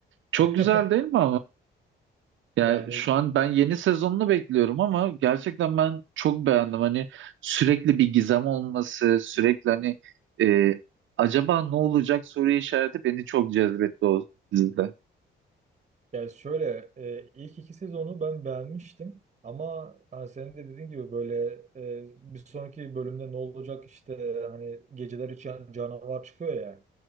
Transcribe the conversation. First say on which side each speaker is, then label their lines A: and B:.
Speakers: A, on the right; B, on the right.
A: çok
B: <laughs>
A: güzel değil mi Yani
B: Yani
A: şu an ben yeni sezonunu bekliyorum ama gerçekten ben çok beğendim. Hani sürekli bir gizem olması, sürekli hani e, acaba ne olacak soru işareti beni çok cezbetti o dizide.
B: Ya şöyle e, ilk iki sezonu ben beğenmiştim ama hani senin de dediğin gibi böyle e, bir sonraki bölümde ne olacak işte hani geceler için canavar çıkıyor ya